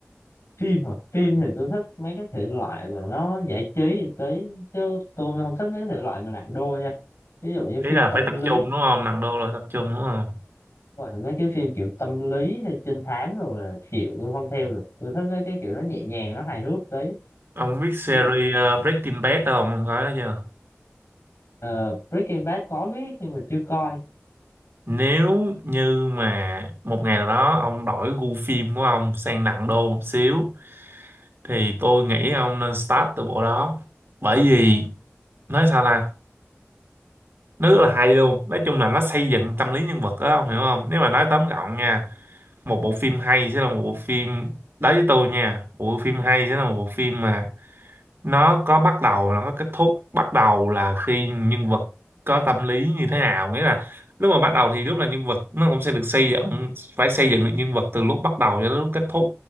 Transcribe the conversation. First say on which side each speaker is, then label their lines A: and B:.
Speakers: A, on the left; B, on the right.
A: phim hả phim thì tôi thích mấy cái thể loại mà nó giải trí giải trí chứ tôi không thích mấy cái thể loại mà nặng đô nha ví dụ như phim
B: ý là
A: tâm
B: phải tập
A: lý
B: trung đúng không nặng đô là tập trung đúng không
A: rồi mấy cái phim kiểu tâm lý hay trinh thám rồi là chịu tôi không theo được tôi thích mấy cái kiểu nó nhẹ nhàng nó hài hước tí
B: ông biết series
A: ví dụ
B: ờ, Breaking Bad không ông coi đó chưa
A: ờ, Breaking Bad có biết nhưng mà chưa coi
B: nếu như mà một ngày nào đó ông đổi gu phim của ông sang nặng đô một xíu thì tôi nghĩ ông nên start từ bộ đó bởi vì nói sao ta nó rất là hay luôn nói chung là nó xây dựng tâm lý nhân vật đó ông hiểu không nếu mà nói tóm gọn nha một bộ phim hay sẽ là một bộ phim đối với tôi nha một bộ phim hay sẽ là một bộ phim mà nó có bắt đầu nó có kết thúc bắt đầu là khi nhân vật có tâm lý như thế nào nghĩa là lúc mà bắt đầu thì lúc là nhân vật nó cũng sẽ được xây dựng phải xây dựng được nhân vật từ lúc bắt đầu cho đến lúc kết thúc